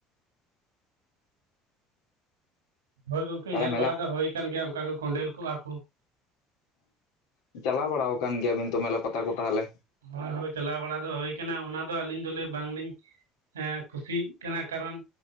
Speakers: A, on the right; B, on the left.
A: ᱦᱳᱭ ᱜᱚᱢᱠᱮ
B: ᱛᱟᱦᱚᱞᱮ
A: ᱧᱮᱞ
B: ᱢᱮᱞᱟ
A: ᱵᱟᱲᱟ ᱫᱚ ᱦᱩᱭ ᱟᱠᱟᱱ ᱜᱮᱭᱟ ᱚᱱᱠᱟ ᱠᱚ ᱠᱚᱸᱰᱮᱞ ᱠᱚᱜᱼᱟ ᱠᱚ
B: ᱚ ᱪᱟᱞᱟᱣ ᱵᱟᱲᱟ ᱟᱠᱟᱱ ᱜᱮᱭᱟᱵᱤᱱ ᱛᱚ ᱢᱮᱞᱟ ᱯᱟᱛᱟ ᱠᱚ ᱛᱟᱦᱚᱞᱮ
A: ᱦᱳᱭ ᱦᱳᱭ ᱪᱟᱞᱟᱣ ᱵᱟᱲᱟ ᱫᱚ ᱦᱩᱭ ᱠᱟᱱᱟ ᱚᱱᱟ ᱫᱚ ᱟᱹᱞᱤᱧ ᱫᱚᱞᱮ ᱵᱟᱝᱞᱤᱧ ᱠᱩᱥᱤᱜ ᱠᱟᱱᱟ ᱠᱟᱨᱚᱱ